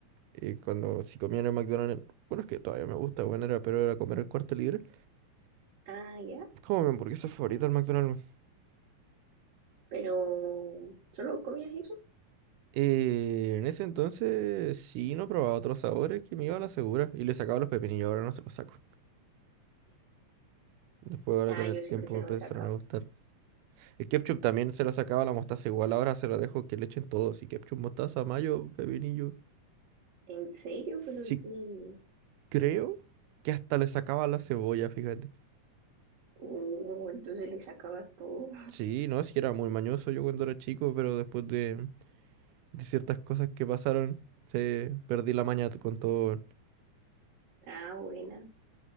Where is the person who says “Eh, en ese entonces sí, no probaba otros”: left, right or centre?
Right